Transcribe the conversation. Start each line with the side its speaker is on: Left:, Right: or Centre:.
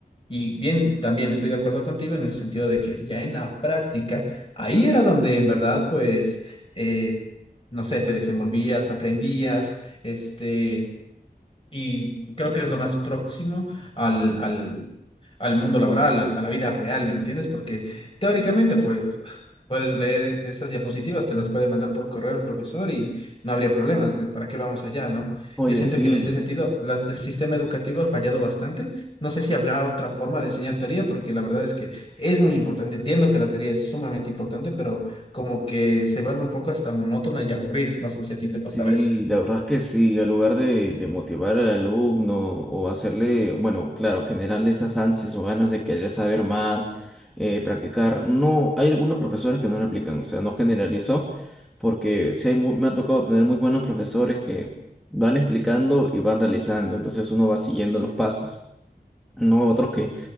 Left: Y bien, también estoy de acuerdo contigo en el sentido de que ya en la práctica Ahí era donde en verdad, pues, eh, no sé, te desenvolvías, aprendías, este y creo que es lo más próximo al, al, al mundo laboral, al- a, la vida real, ¿me entiendes? Porque teóricamente, pues, puedes leer esas diapositivas, te las puede mandar por correo el profesor y no habría problemas. ¿eh? ¿Para qué vamos allá, no?
Centre: Oye,
Left: Yo siento
Centre: sí.
Left: que en ese sentido las- el sistema educativo ha fallado bastante. No sé si habrá otra forma de enseñar teoría, porque la verdad es que es muy importante. Entiendo que la teoría es sumamente importante, pero como que se vuelve un poco hasta monótona y aburrida. No sé si a ti te pasaba
Centre: Sí,
Left: eso.
Centre: la verdad es que sí, al lugar de, de motivar al alumno o hacerle, bueno, claro, generarle esas ansias o ganas de querer saber más, eh, practicar, no, hay algunos profesores que no lo aplican, o sea, no generalizo, porque sí hay mu- me ha tocado tener muy buenos profesores que van explicando y van realizando, entonces uno va siguiendo los pasos, no otros que